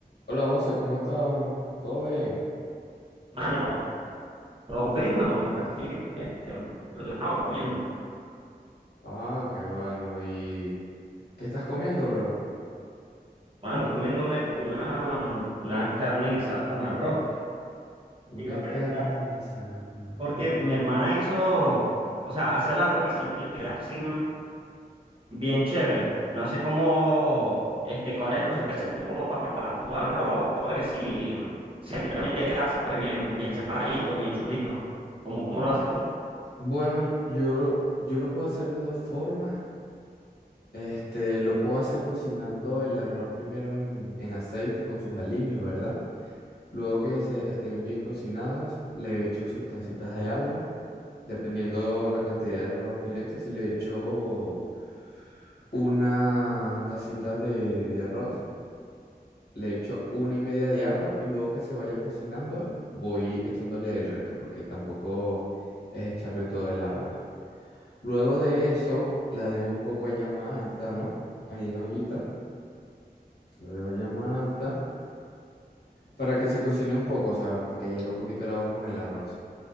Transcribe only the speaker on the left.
Hola José, ¿cómo estás? ¿Todo bien?
Ah, qué bueno. ¿Y qué estás comiendo, bro?
Una
carne guisada con arroz.
Bueno, yo, yo lo puedo hacer de dos formas. Este, lo puedo hacer cocinando el arroz primero en, en aceite con sus aliños, ¿verdad? Luego que se estén bien cocinados, le echo sus tacitas de agua, dependiendo la cantidad de arroz que le eches. Si le echo unas tacitas de, de arroz, Le echo una y media de agua y luego que se vaya cocinando voy echándole el resto porque tampoco es echarle todo el agua. Luego de eso la dejo un poco a llama alta, ¿no? Ahí en la ollita, la dejo a llama alta para que se cocine un poco, o sea, para que hierva un poquito el agua con el arroz.